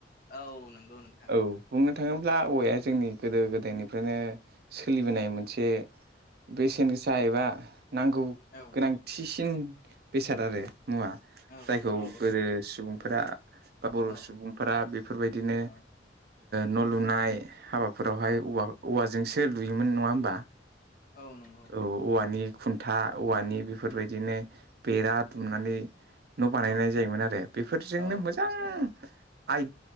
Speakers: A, on the left; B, on the right.
A: औ नंगौ नोंगौ
B: औ बुंनो थाङोब्ला औवाया जोंनि गोदो गोदायनिफ्रायनो सोलिबोनाय मोनसे बेसेन गोसा एबा नांगौ
A: औ
B: बांथिसिन बेसाद आरो मुवा
A: औ
B: जायखौ
A: औ
B: गोदो सुबुंफोरा बा बर'
A: औ
B: सुबुंफोरा बेफोरबायदिनो
A: औ
B: न' लुनाय हाबाफोरावहाय औ औवाजोंसो लुयोमोन नङा होमबा
A: औ नंगौ
B: औ औवानि खुन्था औवानि बेफोरबायदिनो बेरा दुमनानै न' बानायनाय
A: औ
B: जायोमोन आरो बेफोरजोंनो
A: औ
B: मोजां आइ